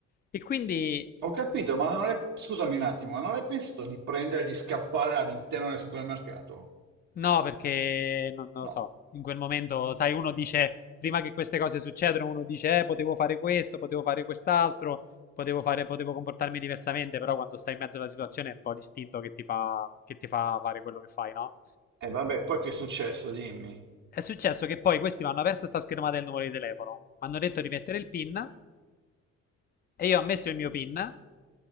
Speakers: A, on the left (about 30°); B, on the right (about 75°).
A: E quindi
B: Ho capito, ma non hai... scusami un attimo, ma non hai pensato di prendere e di scappare all'interno del supermercato?
A: No, perché non, non
B: No.
A: lo so, in quel momento, sai, uno dice, prima che queste cose succedano, uno dice, eh, potevo fare questo, potevo fare quest'altro, potevo fare, potevo comportarmi diversamente, però quando stai in mezzo alla situazione è un po' l'istinto che ti fa, che ti fa fare quello che fai, no?
B: E vabbè, poi che è successo? Dimmi.
A: È successo che poi questi mi hanno aperto sta schermata del numero di telefono, mi hanno detto di mettere il PIN e io ho messo il mio PIN,